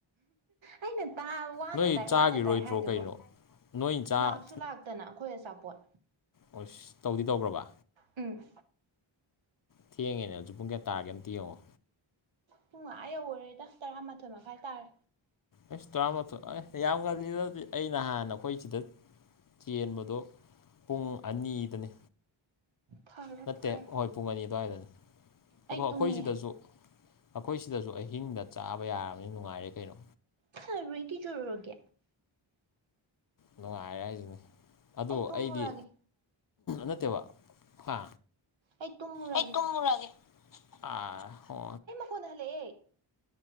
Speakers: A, on the right (about 65°); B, on the left (about 45°).
A: ꯑꯩꯅ ꯇꯥ ꯋꯥꯅ
B: ꯅꯣꯏ
A: ꯇꯥꯏ
B: ꯆꯥꯈꯤꯔꯣꯏꯗ꯭ꯔꯣ
A: ꯋꯥꯅ ꯇꯥꯏ ꯍꯥꯏꯗꯨꯕꯨ
B: ꯀꯩꯅꯣ ꯅꯣꯏ ꯆꯥ
A: ꯂꯥꯛꯁꯨ ꯂꯥꯛꯇꯅ ꯑꯈꯣꯏ ꯑꯆꯥꯄꯣꯠ
B: ꯑꯣꯁ ꯇꯧꯗꯤ ꯇꯧꯈ꯭ꯔꯕ
A: ꯎꯝ
B: ꯊꯦꯡꯉꯦꯅꯦ ꯍꯧꯖꯤꯛ ꯄꯨꯡ ꯀꯌꯥ ꯇꯥꯔꯒꯦ ꯑꯝꯇ ꯌꯦꯡꯉꯣ
A: ꯄꯨꯡ ꯑꯥ ꯌꯧꯒꯔꯦꯗ ꯇꯔꯥ ꯃꯥꯊꯣꯏ ꯃꯈꯥꯏ ꯇꯥꯔꯦ
B: ꯑꯦꯁ ꯇꯔꯥꯃꯥꯊꯣꯏ ꯑꯦ ꯌꯥꯝ ꯉꯜꯂꯤꯗ ꯗꯨꯗꯤ ꯑꯩ ꯅꯍꯥꯟ ꯑꯩꯈꯣꯏ ꯁꯤꯗ ꯆꯦꯟꯕꯗꯣ ꯄꯨꯡ ꯑꯅꯤꯗꯅꯦ
A: ꯐꯔꯦ
B: ꯅꯠꯇꯦ
A: ꯐꯔꯦ
B: ꯍꯣꯏ ꯄꯨꯡ ꯑꯅꯤ ꯑꯗꯨꯋꯥꯏꯗꯅꯦ
A: ꯑꯩ
B: ꯑꯈꯣ
A: ꯇꯨꯝꯅꯤꯡꯉꯦ
B: ꯑꯈꯣꯏ ꯁꯤꯗꯁꯨ ꯑꯈꯣꯏ ꯁꯤꯗꯁꯨ ꯑꯍꯤꯡꯗ ꯆꯥꯕ ꯌꯥꯔꯕꯅꯤꯅ ꯅꯨꯡꯉꯥꯏꯔꯦ ꯀꯩꯅꯣ
A: ꯐꯔꯦ ꯀꯩꯗꯧꯔꯒꯦ
B: ꯅꯨꯡꯉꯥꯏꯔꯦ ꯍꯥꯏꯁꯤꯅꯤ ꯑꯗꯣ
A: ꯑꯩ ꯇꯨꯝꯃꯨꯔꯒꯦ
B: ꯑꯩꯗꯤ ꯅꯠꯇꯦꯕ ꯍꯥ
A: ꯑꯩ ꯇꯨꯝꯃꯨꯔꯒꯦ
B: ꯑꯩ ꯇꯨꯝꯃꯨꯔꯒꯦ ꯑ ꯍꯣ
A: ꯐꯣꯟ ꯍꯜꯂꯛꯑꯦ